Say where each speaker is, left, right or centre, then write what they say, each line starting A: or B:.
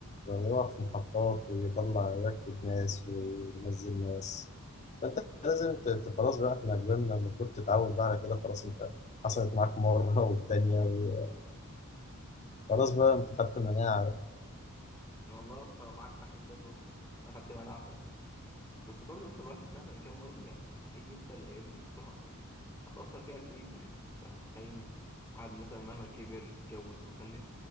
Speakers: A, on the left; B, on the left.
A: يعني يقف في محطات ويطلع يركب ناس وينزل ناس فأنت لازم ت... ت- خلاص بقى إحنا كبرنا المفروض تتعود بقى على كده خلاص أنت حصلت معاك مرة والتانية و... خلاص بقى انت خدت مناعة
B: والله يا اسطى معاك حق بجد والله انا خدت مناعه فعلا بس برضه يا اسطى الواحد مهما كان برضه يعني مستحيل ينسى الايام دي بسرعه هتاثر فيها اكيد يعني انت متخيل واحد مثلا مهما كبر اتجوز وخلف